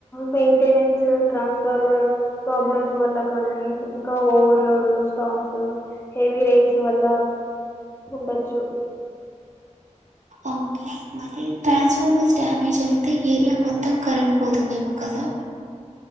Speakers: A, on the left (about 20°); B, on the right (about 75°).
A: మెయింటెనెన్స్, ట్రాన్స్ఫార్మర్ ప్రాబ్లమ్స్ వల్ల కానీ ఇంకా ఓవర్లోడ్ స్టాంస్ హెవీ రేయిన్స్ వల్ల ఉండొచ్చు
B: ఓకే మరీ ట్రాన్స్ఫార్మర్స్ డామేజ్ అయితే ఏరియా మొత్తం కరెంట్ పోతుంది ఏమో కదా